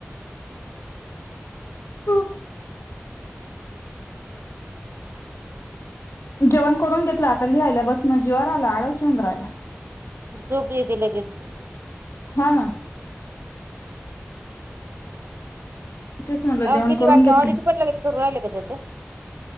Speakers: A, on the left (about 80°); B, on the right (about 65°).
A: हो जेवण करून घेतलं, आता लिहायला बसनं जीवार आलं, आळस येऊन राहिला.
B: झोप येते लगेच.
A: हा, ना तेच म्हटलं
B: अ,
A: जेवण
B: किती
A: करून
B: वाजता,
A: घेतलं
B: ऑडिट पण लगेच करू राहिल का त्याच?